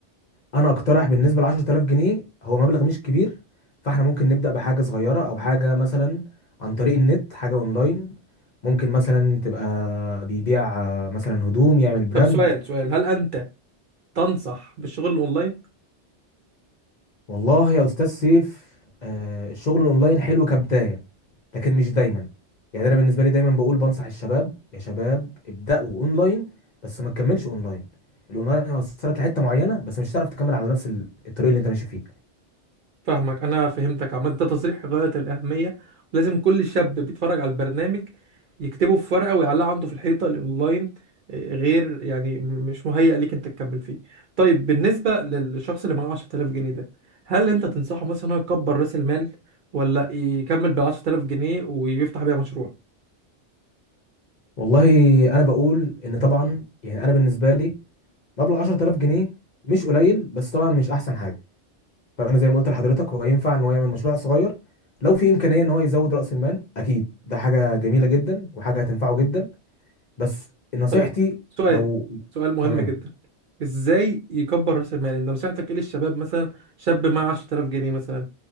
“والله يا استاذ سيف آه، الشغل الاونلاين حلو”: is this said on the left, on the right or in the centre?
Left